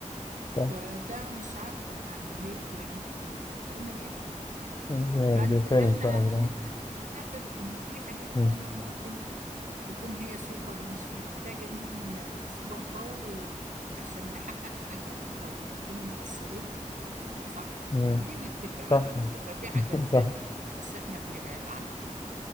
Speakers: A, on the left; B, on the right.
A: صح
B: فده مش عارفة يعني ليه بيعملوا كده ربنا يهدي
A: يعني
B: فاحنا
A: بخير إن شاء الله
B: هنتفق في الاخر ان في حاجات
A: مم.
B: تانية ممكن تكون هي سوبر مش محتاجين سوبر باور عشان نحقق حاجات او نكون مؤثرين صح
A: مم.
B: دي نتفق عليها
A: صح
B: يبقى في حاجات
A: <laughs>
B: تانية
A: صح
B: بس احنا بنبعد عنها